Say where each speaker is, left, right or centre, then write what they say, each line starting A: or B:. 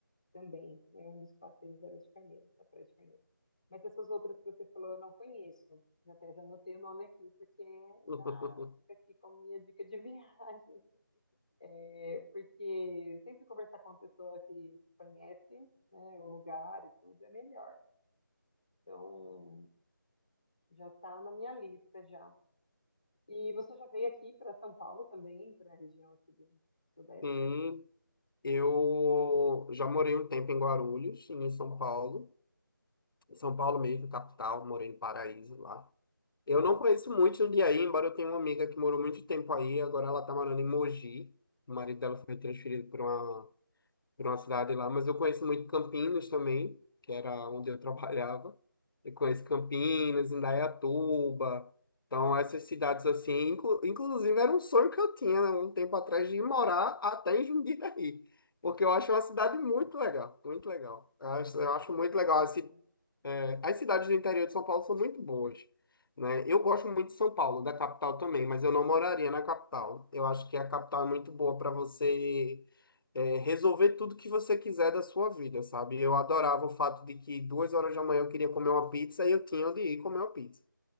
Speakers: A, on the left; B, on the left.
A: também, né? Um dos passeios era de Carneiros, da Praia de Carneiros. Mas essas outras que você falou eu não conheço, eu até já anotei o nome aqui, porque
B: <laughs>
A: já fica aqui como minha dica de <laughs> viagem. É, porque sempre conversar com uma pessoa que conhece, né, o lugar e tudo é melhor. Então, já está na minha lista já. E você já veio aqui para São Paulo também, para a região aqui do Sudeste?
B: Sim, eu já morei um tempo em Guarulhos, em São Paulo. São Paulo mesmo, capital, morei no Paraíso lá. Eu não conheço muito Jundiaí, embora eu tenha uma amiga que morou muito tempo aí, agora ela está morando em Mogi. O marido dela foi transferido para uma por uma cidade lá, mas eu conheço muito Campinas também, que era onde eu <laughs> trabalhava. Eu conheço Campinas, Indaiatuba. Então, essas cidades assim, inclu- inclusive era um sonho que eu tinha, né, um tempo atrás de ir morar até em Jundiaí, porque eu acho uma cidade muito legal, muito legal. Eu acho, eu acho
A: É
B: muito
A: bonito
B: legal.
A: aqui.
B: assim, é, as cidades do interior de São Paulo são muito boas, né? Eu gosto muito de São Paulo, da capital também, mas eu não moraria na capital. Eu acho que a capital é muito boa para você é, resolver tudo que você quiser da sua vida, sabe? Eu adorava o fato de que duas horas da manhã eu queria comer uma pizza e eu tinha onde ir comer uma pizza